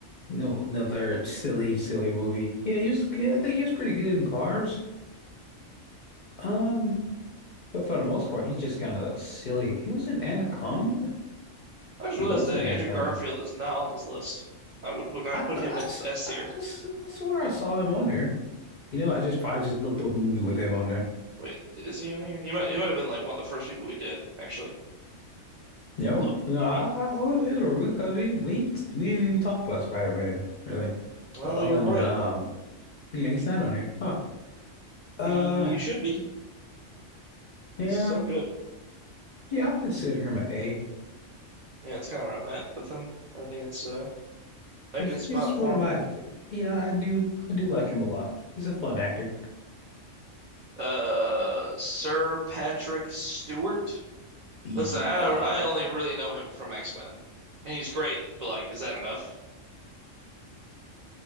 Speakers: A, on the left; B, on the right.
A: You know, another silly, silly movie. Yeah, he was. Yeah, I think he was pretty good in Cars. Um, but for the most part, he's just kind of silly. He was in Anaconda.
B: I just realized
A: He was
B: that
A: in Anaconda.
B: Andrew Garfield is not on this list. I would, would not
A: I, th
B: put him
A: I,
B: in
A: s-
B: S tier.
A: I, I s- I swear I saw him on there. You know, I just probably just looked up a movie with him on there.
B: Wait, is he on here? He might, he might have been like one of the first people we did, actually.
A: No,
B: He'll, he'd
A: no, I,
B: be.
A: I oh, it was because we didn't we, didn't- we didn't even talk about Spider-Man really.
B: Oh,
A: Well, other
B: you're right.
A: than um, Yeah, he's not on here. Huh.
B: He
A: Uh,
B: should be.
A: yeah,
B: So good.
A: yeah. I'll consider him an A.
B: Yeah, that's kind of where I'm at with him. I think it's uh, a
A: He's
B: good spot
A: he's one
B: for
A: of
B: him.
A: my. f- Yeah, I do I do like him a lot. He's a fun actor.
B: Uh, Sir Patrick Stewart.
A: Yeah.
B: Listen, I I only really know him from X-Men, and he's great, but like, is that enough?